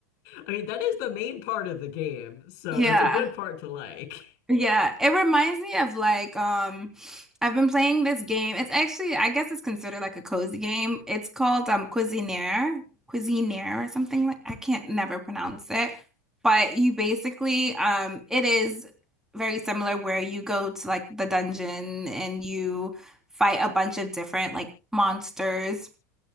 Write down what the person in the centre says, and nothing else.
Yeah.
Yeah, it reminds me of like um I've been playing this game. It's actually I guess it's considered like a cozy game. It's called um Cuisinaire, Cuisinaire or something like I can't never pronounce it. But you basically um it is very similar where you go to like the dungeon and you fight a bunch of different like monsters